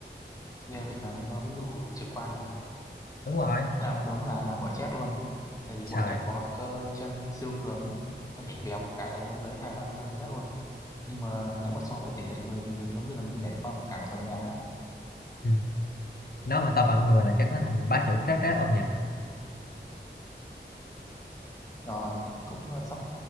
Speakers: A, on the left (about 20°); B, on the left (about 55°).
A: Ghê vậy trời, cho ví dụ trực quan nhỉ?
B: đúng rồi
A: Đáp án đúng là bọ chét luôn. Tại vì
B: trời
A: bọ chét có cơ chân siêu cường ấy, nó nhảy vèo một cái là lên tới hai ba mươi cm luôn. Nhưng mà nếu mà so với tỷ lệ người thì giống như là mình nhảy qua một cả một tòa nhà ấy.
B: ừ. nó mà to bằng người là
A: Ừ.
B: chắc nó thành bá chủ trát trát ông nhỉ
A: Rồi, cũng ờ, sắp